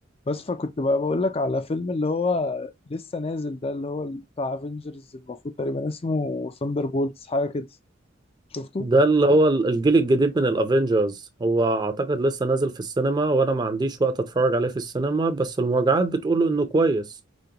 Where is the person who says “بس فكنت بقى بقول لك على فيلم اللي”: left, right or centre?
Left